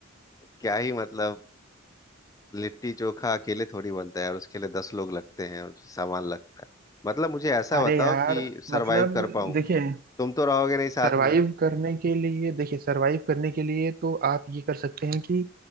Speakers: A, on the left (about 15°); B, on the right (about 45°).
A: क्या ही मतलब लिट्टी चोखा अकेले थोड़ी बनता है और उसके लिए दस लोग लगते हैं और सामान लगता है मतलब मुझे ऐसा
B: अरे
A: बताओ
B: यार
A: कि सरवाइव
B: मतलब
A: कर पाऊँ
B: देखिए
A: तुम तो रहोगे नहीं साथ
B: सरवाइव
A: में
B: करने के लिए देखिए सरवाइव करने के लिए तो आप ये कर सकते हैं कि